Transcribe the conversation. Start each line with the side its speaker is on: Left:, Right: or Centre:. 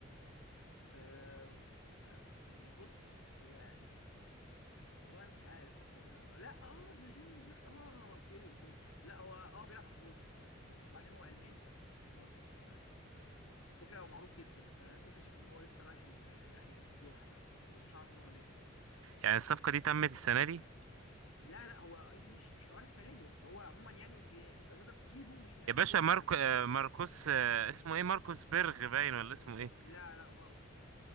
Left: آه آه، يعني بص هو والله انا مش عارف اصلا هو بيلعب لا اه ده جونيور دريكس اه اوكي اوكي لا هو اه بيلعب خط وسط آه. وبعدين هو الماني برضه عشان تكون عارف فكره هو معروف جدا انا لسه مكتشف ان هو لسه رايح ال- الاهلي دوحه ده كنتش عارف ان هو هناك
Right: يعني الصفقة دي تمت السنة دي
Left: لا لا هو يعني مش مش حوار السنه دي بس هو عموما يعني إيه، انت تقدر تجيبه مش من اهل
Right: يا باشا
Left: الدوحه
Right: ماركو
Left: انت تجيبه
Right: آه، ماركوس آه، اسمه ايه ماركوس بيرغ باين ولا اسمه ايه
Left: لا لا غلط